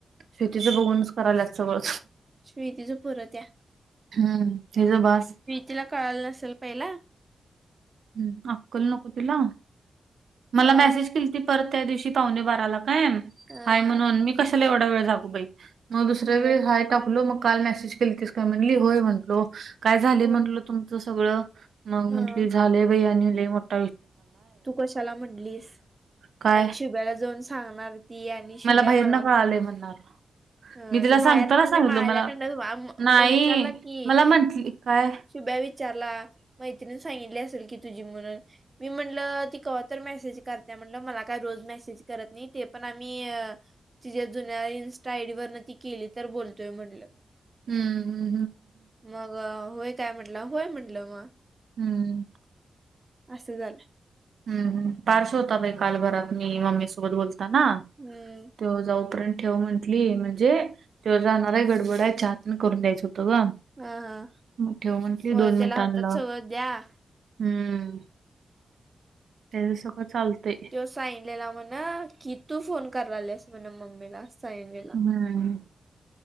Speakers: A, on the right; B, on the right.
A: शेतीचं
B: हम्म
A: बघूनच कराल्यात, सगळ
B: श्वेतीचं पुरं त्या
A: हम्म! तेज बास.
B: तिला कळाल नसल पहिला?
A: हम्म! अक्कल नको तिला? मला
B: अ
A: मेसेज केलीत परत त्या दिवशी, पाहूणे बाराला काय,
B: हा
A: हाय म्हणून, मी कशाला एवढा वेळ जागू बाई, म दुसऱ्या
B: होय
A: वेळेस हाय टाकलो, मग काल मेसेज केलतीस काय म्हणली, होय म्हटलो, काय झालय
B: होय
A: म्हटलो, तुमच सगळं, मग
B: हा
A: म्हंटली, झालंय बाई आणि लय मोठं
B: तू कशाला म्हटलीस
A: काय?
B: आणि शुभ्याला जाऊन सांगणार ती, आणि शुभ्या
A: बाहेरनं
B: मला
A: कळालंय
B: म
A: म्हणणार.
B: हम्म!
A: मी तिला
B: ते
A: सांगताना
B: बाहेरन, म्हणजे
A: सांगितलं
B: माझ्याकंडनच,
A: मला नाही
B: मला विचारला की
A: मला म्हंटली काय
B: शुभ्या विचारला, मैत्रीण सांगितली असेल की तुझी म्हणून, मी म्हण म्हटल, ती कवा तर मेसेज करत्या म्हणलं, मला काय रोज मेसेज करत नाही, ते पण आम्ही तिच्या जुन्या इन्स्टा आईड वरन ती केली तर बोलतोय म्हटलं.
A: हम्!
B: मग होय काय म्हटला, होय म्हटलं मग.
A: हम्म!
B: असं झालं
A: हम्म! पार्स होता बाई काल घरात, मी मम्मी सोबत बोलताना.
B: हम्म!
A: तो जाऊ पर्यंत ठेव म्हंटली, म्हणजे त्यो जाणार आहे, गडबड आहे, चहा तेण करून द्यायचं होतं ग.
B: हा हा
A: मग ठेव म्हंटली
B: होय
A: दोन मिनिटां
B: त्याला हातात
A: लाव
B: सगळं द्या
A: हम्म. त्याना सगळं चालते.
B: साईन म्हणा की तू फोन करायलेस म्हण मम्मीला साईने.
A: हमम.